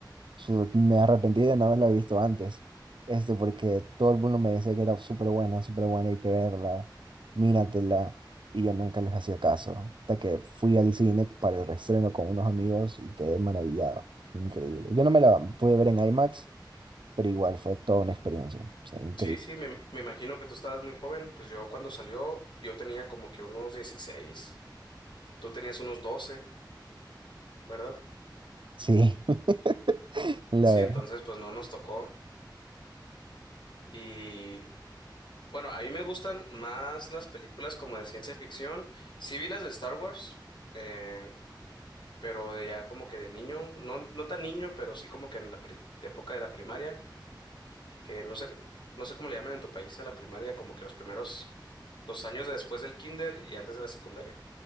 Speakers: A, on the right; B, on the left.
A: su- me arrepentí de no haberla visto antes, este, porque todo el mundo me decía que era súper buena, súper buena, hay que verla, míratela, y yo nunca les hacía caso, hasta que fui al cine para el reestreno con unos amigos y quedé maravillado, increíble. Yo no me la pude ver en IMAX, pero igual fue toda una experiencia, sí, increíble.
B: Sí, sí, me, me imagino que tú estabas muy joven, pues yo cuando salió, yo tenía como que unos 16, tú tenías unos 12, ¿verdad?
A: Sí, <laughs> la
B: Sí,
A: verdad,
B: entonces pues no nos tocó. Y bueno, a mí me gustan más las películas como de ciencia ficción. Sí vi las de Star Wars, eh, pero de ya como que de niño, no, no tan niño, pero sí como que en la pri- época de la primaria, que no sé, no sé cómo le llaman en tu país a la primaria, como que los primeros, los años después del kinder y antes de la secundaria.